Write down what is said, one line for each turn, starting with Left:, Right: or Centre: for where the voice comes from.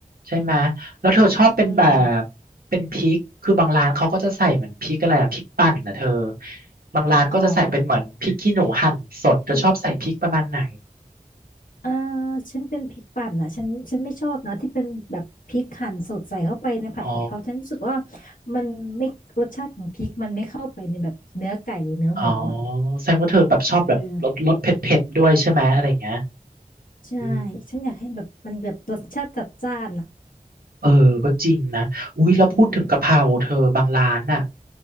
Right: ใช่ไหม แล้วเธอชอบเป็นแบบเป็นพริก
Left: อืม
Right: คือบางร้านเขาก็จะใส่เหมือนพริกอะไรอะพริกปั่นนะเธอ บางร้านก็จะใส่อมเป็นเหมือนพริกขี้หนูหั่นสดเธอชอบใส่พริกประมาณไหน
Left: อ๋อพริกอ่าฉันเป็นพริกปั่นอ่ะฉันฉันไม่ชอบนะที่เป็นแบบพริกหั่นสดใส่เข้าไปในผัดกะเพราฉันรู้สึกว่า
Right: อ๋อ
Left: มันไม่รสชาติของพริกมันไม่เข้าไปในแบบเนื้อไก่หรือเนื้อหมูอ่ะ
Right: อ๋อแสดงว่าเธอแบบชอบแบบรสรสเผ็ดๆด้วยใช่ไหมอะไรอย่างเงี้ย
Left: เออใช่
Right: อืม
Left: ฉันอยากให้แบบมันแบบรสชาติจัดจ้านอะ
Right: เออก็จริงนะอุ้ยแล้วพูดถึงกะเพราเธอบางร้านน่ะ
Left: อืม